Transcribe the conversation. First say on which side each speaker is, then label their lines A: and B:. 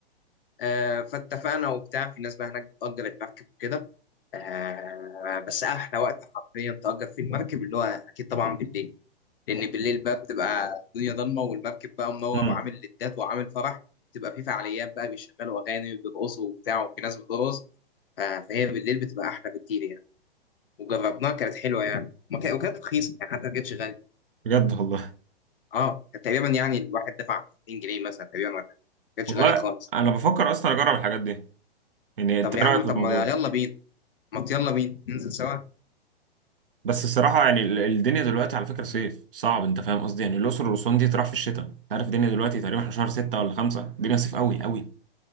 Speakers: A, on the left; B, on the right.
A: آه فاتفقنا وبتاع في ناس بقى هناك بتأجر المركب وكده آه بس احلى وقت حرفيا تأجر فيه المركب اللي هو اكيد طبعا بالليل لان بالليل بقى بتبقى الدنيا ضلمه والمركب بقى منور
B: امم
A: وعامل لدات وعامل فرح بتبقى في فعاليات بقى بيشغلوا اغاني وبيرقصوا وبتاع وفي ناس بترقص ف- فهي بالليل بتبقى احلى بكتير يعني وجربناها كانت حلوه يعني وما كان- وكانت رخيصه يعني حتى ما كانتش غاليه
B: بجد والله
A: اه كانت تقريبا يعني الواحد دفع 30 جنيه مثلا تقريبا ولا حاجة. ما كانتش
B: والله
A: غاليه خالص
B: أنا بفكر أصلا أجرب الحاجات دي يعني أنت
A: طب يا
B: إيه
A: عم
B: رأيك في
A: طب
B: الموضوع؟
A: ما يلا بينا ما يلا بينا ننزل سوا
B: بس الصراحة يعني ال- الدنيا دلوقتي على فكرة صيف صعب انت فاهم قصدي يعني الأقصر والأسوان دي تروح في الشتاء انت عارف الدنيا دلوقتي تقريبا احنا شهر ستة ولا خمسة الدنيا صيف قوي قوي